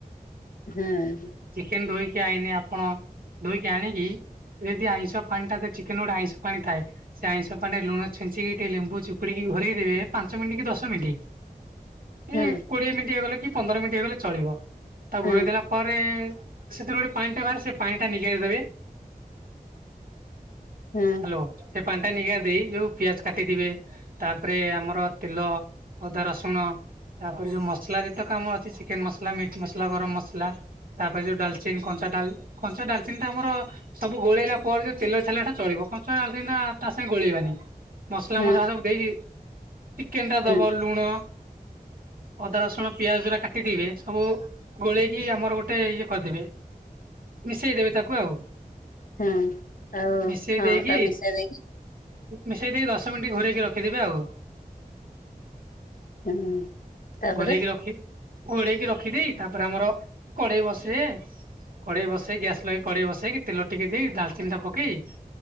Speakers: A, on the left; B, on the right.
A: ହୁଁ।
B: ଚିକେନ ଧୋଇକି ଆଇନି ଆପଣ ଧୋଇକି ଆଣିକି ଯଦି ଆଇଁଷ ପାଣି ଟା ଚିକେନ ଗୋଡା ଆଇଁଷ ପାଣି ଥାଏ। ସେ ଆଇଁଷ ପାଣିରେ ଲୁଣ ଛଞ୍ଚିକି ଟିକେ ଲେମ୍ବୁ ଚୁପଡିକି ଘୋରେଇ ଦେବେ ପାଞ୍ଚ ମିନିଟ କି ଦଶ ମିନିଟ୍ ଏ
A: ହୁଁ
B: କୋଡିଏ ମିନିଟ୍ ହେଇଗଲେ କି ପନ୍ଦର ମିନିଟ୍ ହେଇଗଲେ ଚଳିବ ତାକୁ
A: ହୁଁ
B: ଘୋରେଇ ଦେଲା ପରେ ସେଥିରୁ ଗୋଟେ ପାଣି ଟା ବାହାରେ ସେ ପାଣି ଟା ନିଗାଡ଼ି ଦେବେ।
A: ହଁ।
B: ହେଲୋ ସେ ପାଣି ଟା ନିଗା ଦେଇ ଯୋଉ ପିଆଜ କାଟିଥିବେ ତାପରେ ଆମର ତେଲ ଅଦା ରସୁଣ ତାପରେ ଯୋଉ ମସଲା ଯେତେକ ଆମ ଅଛି ଚିକେନ ମସଲା ମିଟ୍ ମସଲା ଗରମ ମସଲା ତାପରେ ଯୋଉ ଡାଲଚିନ କଞ୍ଚା ଡା କଞ୍ଚା ଡାଲଚିନ ତ ଆମର ସବୁ ଗୋଳେଇଲା ପରେ ଯଉ ତେଲ ଛାଲେ ଏଟା ଚଳିବ କଞ୍ଚା ଦାଲ୍ ଚିନି ଟା ତା ସାଙ୍ଗେ ଗୋଳେଇବାନି। ମସଲା
A: ହୁଁ
B: ମସଲା ସବୁ ଦେଇକି ଚିକେନ ଟା
A: ହୁଁ
B: ଦବ ଲୁଣ ଅଦା ରସୁଣ ପିଆଜ ଗୁରା କାଟିଥିବେ ସବୁ ଗୋଳେଇକି ଆମର ଗୋ ଟେ ଇଏ କରିଦେବେ ମିଶେଇଦେବେ ତାକୁ ଆଉ।
A: ହଁ ଆଉ
B: ମିଶେଇ
A: ହଁ
B: ଦେଇକି
A: ତା ମିସା ଯାଇକି
B: ମିଶେଇ ଦେଇକି ଦଶ ମିନିଟ ଘୋରେଇକି ରଖିଦେବେ ଆଉ।
A: ହୁଁ ତାପରେ
B: ଘୋରେଇକି ରଖି ଘୋରେଇକି ରଖିଦେଇ ତାପରେ ଆମର କଡେଇ ବସେବେ କଡେଇ ବସେଇ ଗ୍ୟାସ୍ ଲଗେଇ କଡେଇ ବସେଇକି ତେଲ ଟିକେ ଦେଇ ଡାଲ ଚିନି ଟା ପକେଇ